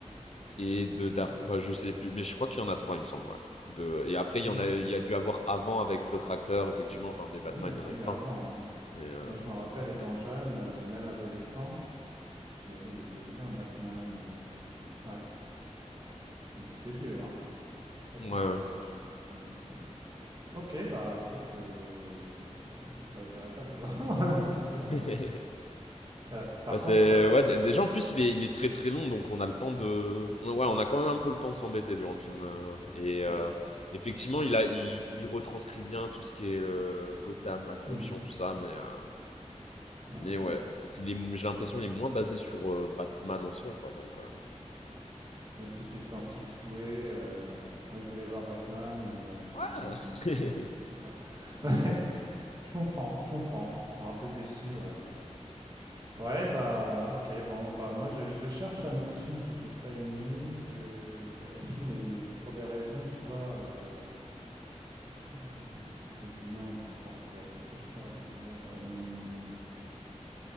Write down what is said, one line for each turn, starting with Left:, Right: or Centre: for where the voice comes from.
Left: et de
Right: D'accord.
Left: Dark, enfin je sais plus, mais je crois qu'il y en a trois, il me semble, ouais. De, et après il
Right: Mm.
Left: y en a, il y a dû avoir avant avec d'autres acteurs, effectivement, enfin des Batman,
Right: Ah oui, il y en
Left: il y en
Right: a
Left: a
Right: eu
Left: eu plein.
Right: avant. hein.
Left: Mais, euh,
Right: Moi, je me rappelle, étant
Left: mais-
Right: jeune, euh, même adolescent, il y avait, il y a eu un Batman. euh, Ouais, donc c'est vieux, hein. C'est très
Left: ouais.
Right: très
Left: ouais.
Right: vieux, ouais, je sais pas combien il y a de films. Ok, bah écoute, euh, bah j'irai pas le voir, <laughs> hein, c'est sûr.
Left: <laughs>
Right: Euh, par
Left: Bah c'est
Right: contre, euh,
Left: ouais, d- déjà en plus il est, il est très très long, donc on a le temps de, on, ouais, on a quand même un peu le temps de s'embêter durant le film. euh, et euh,
Right: ouais.
Left: effectivement, il a, il, il retranscrit bien tout ce qui est le Gotham, la corruption,
Right: Mhm.
Left: tout ça, mais euh,
Right: Ouais,
Left: mais
Right: ouais.
Left: ouais, s'il est, j'ai l'impression il est moins basé sur euh, Batman en soi, quoi. Donc euh,
Right: Donc tu t'es senti floué. euh, Moi je voulais voir Batman, euh,
Left: ouais.
Right: ils m'ont montré euh,
Left: <laughs>
Right: d'autres quoi. <laughs> Ouais, je comprends, je comprends. Oh, Un peu déçu, ouais. Ouais, bah ok, bon, bah moi je, je cherche un autre film que j'ai pas aimé, je vérifie, mais pour des raisons, tu vois, euh, Euh, quasiment existentiel. Qu'est-ce que je pourrais vous dire? Hum,